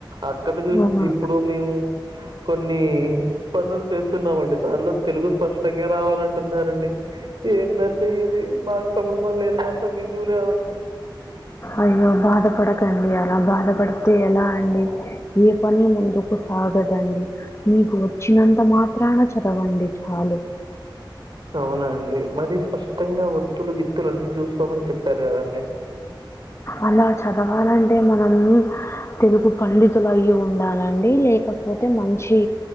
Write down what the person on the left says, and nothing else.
అవునా
అయ్యో బాధపడకండి అలా బాధపడితే ఎలా అండి ఏ పని ముందుకు సాగదండి మీకు వచ్చినంత మాత్రాన చదవండి చాలు
అలా చదవాలంటే మనం తెలుగు పండితులు అయ్యి ఉండాలండి లేకపోతే మంచి